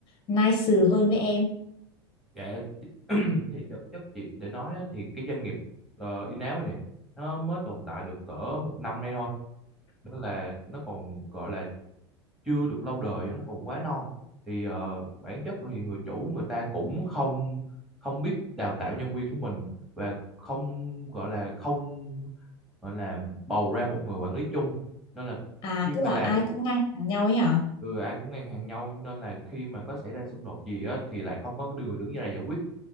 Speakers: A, on the left (about 35°); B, in the centre.
A: nice hơn với em.
B: dạ <clears throat> thì thực chất chị để nói á, thì cái doanh nghiệp uh, in-house này nè, nó mới tồn tại được cỡ một năm nay thôi nên là nó còn gọi là chưa được lâu đời á, nó còn quá non thì ờ, bản chất thì người chủ người ta cũng không không biết đào tạo nhân viên của mình và không gọi là không gọi là bầu ra một người quản lý chung nên là
A: À
B: khi
A: tức
B: mà
A: là
B: làm
A: ai cũng ngang hàng nhau ấy hả?
B: ừ, ai cũng ngang hàng nhau nên là khi mà có xảy ra xung đột gì á thì lại không có người đứng ra để giải quyết